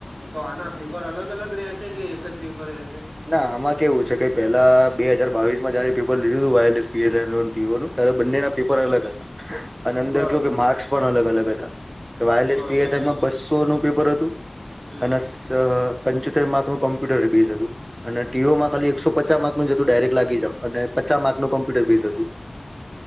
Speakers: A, on the right; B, on the right.
A: તો આના પેપર અલગ અલગ રહેશે કે એક જ પેપર રહેશે.
B: ના આમાં કેવું છે કે પેલા બે હાજાર બાવીસ માં જયારે પેપર લીધું હતું wireless P S E TO નું ત્યારે બંનેના પેપર અલગ હતા. અને અંદર
A: બરોબર
B: કહું કે માર્કસ
A: છે
B: પણ અલગ અલગ હતા કે વાયરલેસ
A: બરોબર
B: પી
A: બરોબર
B: એસ આ ઈ માં બસો નું પેપર હતું.
A: હમ
B: અને સા પંચોતેર માર્કનું કોમ્પ્યુટર બેઝ હતું. અને ટીઓમાં ખાલી એકસો પચ માકનું જ હતું ડાયરેક લાગી જાવ અને પચાસ માર્કનું કોમ્પ્યુટર બેઝ હતું. <inaudible>